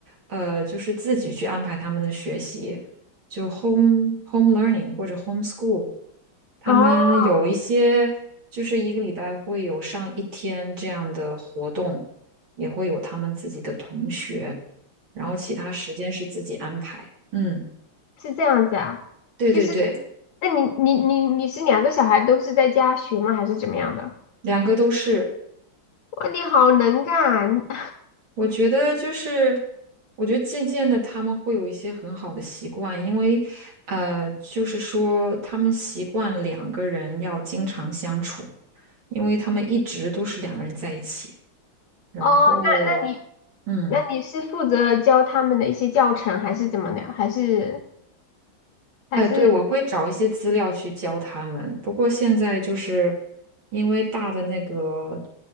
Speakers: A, on the right; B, on the left.
A: 呃，就是自己去安排他们的学习，就 home home learning 或者 homeschool。他们有一些就是一个礼拜会有上一天这样的活动，
B: 哦，
A: 也会有他们自己的同学，然后其他时间是自己安排。嗯，
B: 是这样子啊，
A: 对对对，
B: 就是，那你你你你是两个小孩都是在家学吗？还是怎么样的？
A: 两个都是。
B: 哇，你好能干 <laughs>
A: 我觉得就是，我觉得渐渐的他们会有一些很好的习惯，因为呃，就是说他们习惯两个人要经常相处，因为他们一直都是两个人在一起，然后
B: 哦！那你
A: 嗯。
B: 那你是负责教他们的一些教程，还是怎么的？还是还是
A: 哎，对，我会找一些资料去教他们。不过现在就是因为大的那个，